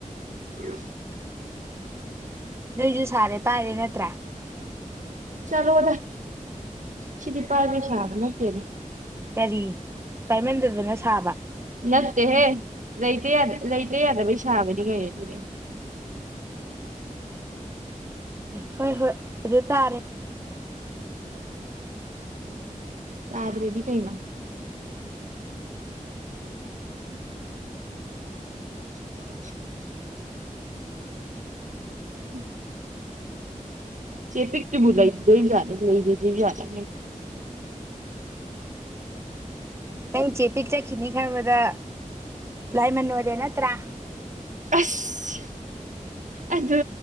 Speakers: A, on the right; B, on the right.
A: <unintelligible>
B: ꯅꯣꯏꯁꯨ ꯁꯥꯔꯦ ꯄꯥꯏꯔꯦ ꯅꯠꯇ꯭ꯔꯥ
A: ꯆꯂꯣꯗ ꯁꯤꯗꯤꯄꯥꯥꯕꯩ ꯁꯥꯕ ꯅꯠ ꯇꯦ
B: ꯀꯔꯤ ꯄꯥꯏꯃꯟꯗꯗꯅ ꯁꯥ
A: ꯅꯠꯇꯦꯍꯦ ꯂꯩꯇ ꯌꯥꯗ ꯂꯩꯇ ꯌꯥꯗꯕꯩ ꯁꯥꯕꯅꯤ ꯀꯩꯅꯣ ꯁꯤꯗꯤ
B: ꯍꯣꯏ ꯍꯣꯏ ꯑꯗꯨ ꯇꯥꯔꯦ
A: ꯇꯥꯗ꯭ꯔꯗꯤ ꯀꯩꯅꯣ <unintelligible> ꯎꯝ ꯆꯦ ꯄꯤꯛꯇꯨ ꯂꯩꯗꯦꯏ ꯖꯥꯠꯂ ꯂꯩꯔꯣꯏꯗꯣꯏ ꯖꯥꯠꯂ
B: ꯅꯪ ꯆꯦ ꯄꯤꯛ ꯆꯠꯈꯤꯅꯤ ꯈꯟꯕꯗ ꯂꯥꯏꯃꯟ ꯑꯣꯏꯔꯦ ꯅꯠꯇ꯭ꯔꯥ
A: ꯑꯁ ꯑꯗꯨ